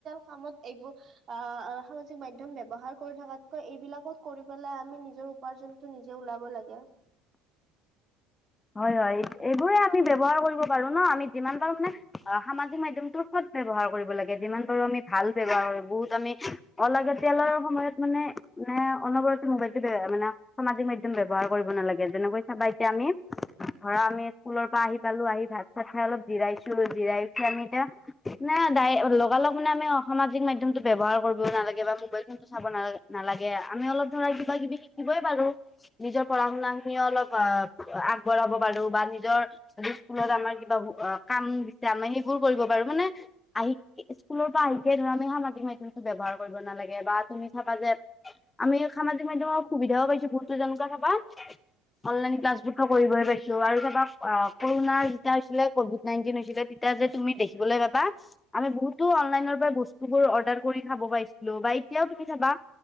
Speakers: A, on the right; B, on the left.
A: কামত এইবোৰ আহ সামাজিক মাধ্যম ব্যৱহাৰ কৰি থকাতকৈ এইবিলাকত কৰি পেলাই আমি নিজৰ উপাৰ্জনটো নিজে ওলাব লাগে।
B: হয় হয় এইবোৰে আমি ব্যৱহাৰ কৰিব পাৰো ন আমি যিমান পাৰো মানে অ সামাজিক মাধ্যমটো ব্যৱহাৰ কৰিব লাগে যিমান পাৰো আমি ভাল ব্যৱহাৰ কৰো বহুত আমি। অলাগতিয়ালৰ সময়ত মানে মানে অনবৰতে মোবাইল মানে সামাজিক মাধ্যম ব্যৱহাৰ কৰিব নালাগে যেনেকৈ চাবা এতিয়া আমি।
A: <unintelligible>
B: দৰা আমি স্কুলৰ পৰা আহি পালো আহি ভাত চাত খাই অলপ জিৰাইছো জিৰাই উঠি আমি এতিয়া ন তাই লগালগ মানে আমি সামাজিক মাধ্যমটো ব্যৱহাৰ কৰিব নালাগে বা মোবাইল ফোন টো চাব নালাগে নালাগে। মানে অলপ ধৰা কিবা কিবি শিকিবই পাৰো নিজৰ পঢ়া শুনা খিনি অলপ আ আগ। বঢ়াব পাৰো বা নিজৰ যি স্কুলত আমাৰ কিবা কাম দিছে আমি সেইবোৰ কৰিব পাৰো মানে। আহি স্কুলৰ পৰা আহিকে ধৰা আমি সামাজিক মাধ্যমটো ব্যৱহাৰ কৰিব নালাগে বা তুমি চাবা যে। আমি সামাজিক মাধ্যমৰ সুবিধাওঁ পাইছো বহুতো যেনেকুৱা চাবা অনলাইন ক্লাছবোৰ থ। কৰিবহে পাইছিলো আৰু চাবা কৰুণাৰ যেতিয়া হৈছিলে কভিড নাইনটিন হৈছিলে তেতিয়া যে তুমি দেখিবলৈ। পাবা আমি বহুতো অনলাইনৰ পৰা বস্তু বোৰ অৰ্ডাৰ কৰি খাব পাইছিলো বা এতিয়াও তুমি চাবা।